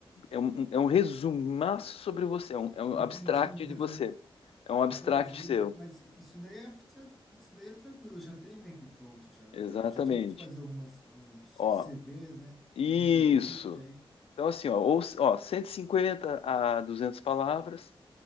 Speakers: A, on the left; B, in the centre.
A: É um, é um resumaço sobre você, é um, é um
B: Entendi
A: abstract
B: um resumo.
A: de você. É um
B: Entendi,
A: abstract seu.
B: ma- mas isso daí é, isso daí é tranquilo, já tem meio que pronto já, na
A: Exatamente.
B: verdade. Eu já tive que fazer algumas uns
A: Ó,
B: CVs, né?
A: isso.
B: Currículo vitae.
A: Então, assim, ó, ou, ó 150 a 200 palavras,